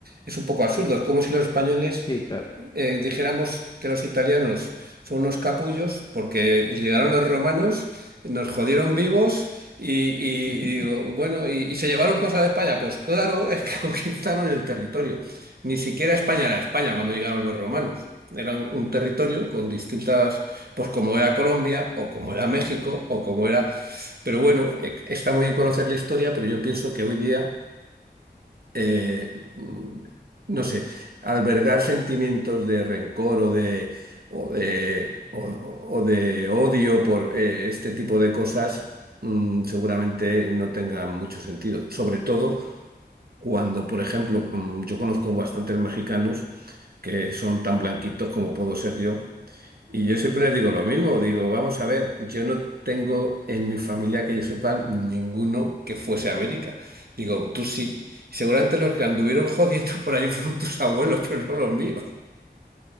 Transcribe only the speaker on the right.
es un poco absurdo. Es como si los españoles
eh, dijéramos que los italianos son unos capullos porque llegaron los romanos, nos jodieron vivos y, y-
y digo, bueno, y, y se llevaron cosas de España. Pues claro, es que <laughs> conquistaron el territorio. Ni siquiera España era España cuando llegaron los romanos. Era un territorio con distintas, pues como era Colombia o como era México o como era... Pero bueno, eh, está muy bien conocer la historia, pero yo pienso que hoy día eh, mm, no sé, albergar sentimientos de rencor o de, o de, o- o- o de odio por eh, este tipo de cosas, mm, seguramente no tenga mucho sentido. Sobre todo cuando, por ejemplo, mm, yo conozco bastantes mexicanos que son tan blanquitos como puedo ser yo y yo siempre les digo lo mismo, digo, vamos a ver, yo no tengo en mi familia que yo sepa ninguno que fuese a América. Digo, tú sí. Seguramente los que anduvieron jodiendo <laughs> por allí fueron tus abuelos, pero no los míos.